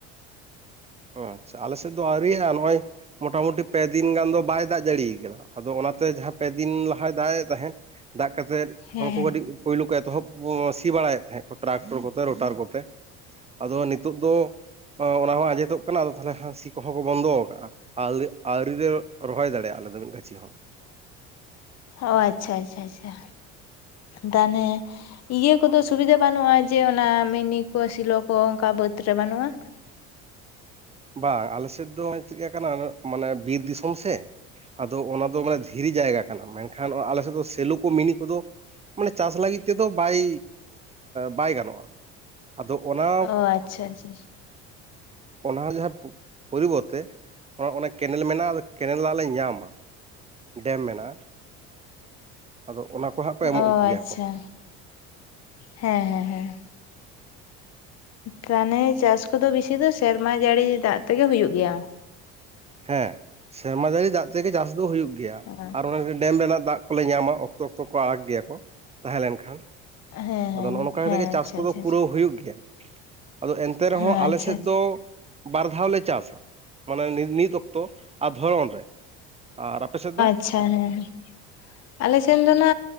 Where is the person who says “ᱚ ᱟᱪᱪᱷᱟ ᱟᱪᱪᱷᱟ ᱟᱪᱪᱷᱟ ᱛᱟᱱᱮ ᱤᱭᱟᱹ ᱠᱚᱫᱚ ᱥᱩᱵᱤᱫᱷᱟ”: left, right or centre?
Left